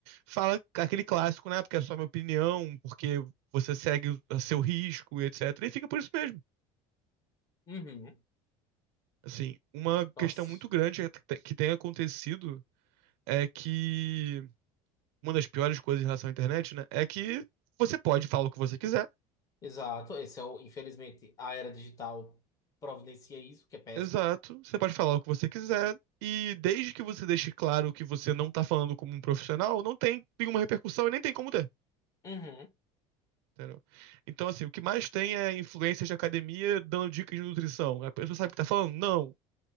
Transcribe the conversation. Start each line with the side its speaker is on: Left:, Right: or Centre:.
Right: fala aquele clássico, né? Porque é só minha opinião, porque você segue a seu risco, etc. E fica por isso mesmo.
Left: Uhum.
Right: Assim, uma
Left: Nossa.
Right: questão muito grande que te- que tem acontecido é que uma das piores coisas em relação à internet, né, é que você pode falar o que você quiser.
Left: Exato. Esse é o, infelizmente, a era digital providencia isso, que é péssimo.
Right: Exato, você pode falar o que você quiser e desde que você deixe claro que você não tá falando como um profissional, não tem nenhuma repercussão e nem tem como ter.
Left: Uhum.
Right: Entendeu? Então, assim, o que mais tem é influências de academia dando dicas de nutrição. A pessoa sabe o que tá falando? Não,